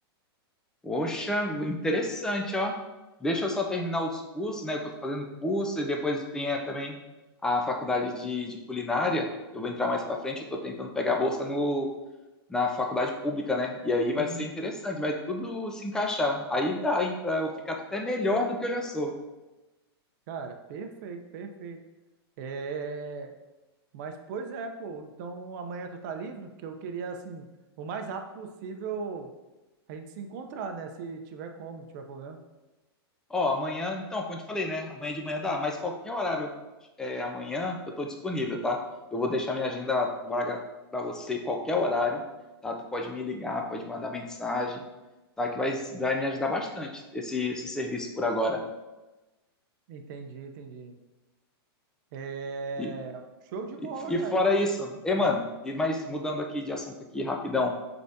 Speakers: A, in the centre; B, on the right.
A: Poxa, interessante, ó. Deixa eu só terminar os cursos, né? Que eu tô fazendo curso, e depois tem é, também a faculdade de, de culinária. que Eu vou entrar mais pra frente, eu tô tentando pegar a bolsa no, na faculdade pública, né? E aí
B: Uhum.
A: vai ser interessante, vai tudo se encaixar. Aí dá, hein, pra eu ficar até melhor do que eu já sou.
B: Cara, perfeito, perfeito. É, mas pois é, pô. Então amanhã tu tá livre? Que eu queria assim, o mais rápido possível a gente se encontrar, né? Se tiver como, não tiver problema.
A: Ó, amanhã, então, como eu te falei, né? Amanhã de manhã dá, mas qualquer horário é, amanhã eu tô disponível, tá? Eu vou deixar minha agenda vaga para você qualquer horário, tá? Tu pode me ligar, pode mandar mensagem, tá? Que vai, vai me ajudar bastante esse, esse serviço por agora.
B: Entendi, entendi. É,
A: E,
B: show de bola,
A: e,
B: cara.
A: e fora
B: Então,
A: isso, e
B: ah,
A: mano, e mas
B: Hum.
A: mudando aqui de assunto aqui rapidão,